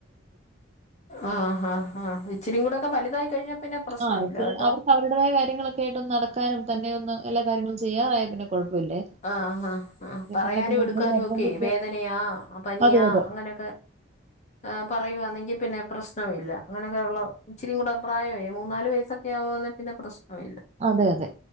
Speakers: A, on the left; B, on the right.
A: ആ ആ ആഹ് ഇച്ചിരി കൂടെക്കെ വലുതായി കഴിഞ്ഞ പിന്നെ പ്രശ്നമില്ല
B: ആ
A: കേട്ടോ
B: അവർക്ക് അവരുടേതായ കാര്യങ്ങളൊക്കെ ആയിട്ടൊന്ന് നടക്കാനും തന്നെ ഒന്ന് എല്ലാ കാര്യങ്ങളും ചെയ്യാറായ പിന്നെ കുഴപ്പമില്ലേ
A: ആ ആ ആ
B: പിന്നെ
A: പറയാനും
B: നമ്മൾ
A: എടുക്കാനും
B: നിർബന്ധിച്ച്
A: ഒക്കെ വേദനയാ പനിയാ
B: അതെ അതെ
A: അങ്ങനെയെക്കെ ആ പറയുവാന്നെങ്കിൽ പിന്നെ പ്രശ്നം ഇല്ല അങ്ങനെയൊക്കെയുള്ള ഇച്ചരി കൂടെ പ്രായമേ മൂന്നാല് വയസെ ക്കെ ആവുആന്നേ പിന്നെ പ്രശ്നം ഇല്ല
B: അതെ അതെ